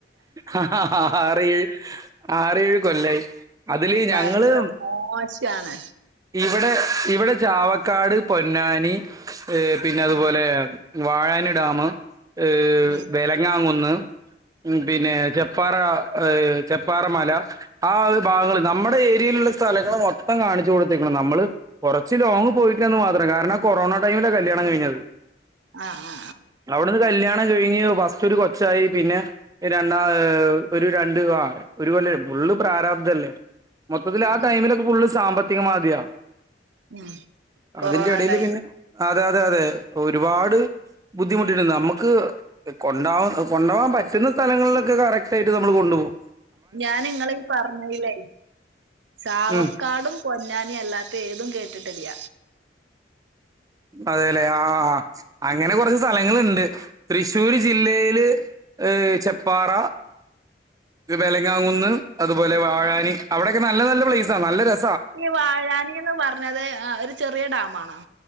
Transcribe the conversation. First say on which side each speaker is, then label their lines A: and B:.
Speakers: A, on the right; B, on the right.
A: ആ ആറ് ആറേഴു കൊല്ലായി അതില്
B: ഭയങ്കര
A: ഞങ്ങള്
B: മോശാണ്
A: ഇവിടെ ഇവിടെ ചാവക്കാട് പൊന്നാനി പിന്നെ അതുപോലെ
B: ഉം
A: വാഴാനി ഡാം ഹ്
B: ഉം
A: വെലങ്ങാകുന്ന് ഉം പിന്നെ ചെപ്പാറ ചെപ്പാറ മല ആ ഭാഗങ്ങള് നമ്മുടെ ഏരിയയിലുള്ള സ്ഥലങ്ങള് മൊത്തം കാണിച്ചു കൊടുത്തേക്ക്ണ് നമ്മള് കുറച്ച് ലോങ്ങ് പോയിട്ടില്ലന്ന് മാത്രം കാരണം കൊറോണ ടൈമില കല്യാണം കഴിഞ്ഞത്
B: ആഹ് ആഹ്
A: അവിടുന്ന് കല്യാണം കഴിഞ്ഞ് ഫസ്റ്റൊരു കൊച്ചായി പിന്നെ രണ്ടാ ഒരു രണ്ട് ആ ഒരു കൊല്ലം ഫുള്ള് പ്രാരാബ്ദല്ലേ മൊത്തത്തിൽ ആ
B: ഉം
A: ടൈമിലൊക്കെ ഫുള്ള് സാമ്പത്തികമാദ്യാ
B: ഉം കൊറോണ
A: അതിന്റെ എടയില്
B: ടൈമ്
A: പിന്നെ അതെ അതെ അതെ ഒരുപാട് ബുദ്ധിമുട്ടി നമുക്ക് കൊണ്ടാ കൊണ്ടാകാൻ പറ്റുന്ന സ്ഥലങ്ങളിലൊക്കെ കറക്റ്റ് ആയിട്ട് നമ്മൾ കൊണ്ടു പോകും.
B: ഞാൻ ഇങ്ങളെ പറഞ്ഞില്ലേയ് ചാവക്കാടും
A: ഉം
B: പൊന്നാനി അല്ലാത്ത ഏതും കേട്ടിട്ടില്ല
A: അതെല്ലേ ആ ആഹ് അങ്ങനെ കുറച്ച് സ്ഥലങ്ങളുണ്ട് തൃശ്ശൂര് ജില്ലയില് ചെപ്പാറ വേലങ്ങാങ്ങുന്ന് അതുപോലെ വാഴാനി അവിടെക്കെ നല്ല നല്ല പ്ലേസ് ആ നല്ല രസ
B: ഈ വാഴാനിന്ന് പറഞ്ഞത് ഒരു ചെറിയ ഡാമാണോ?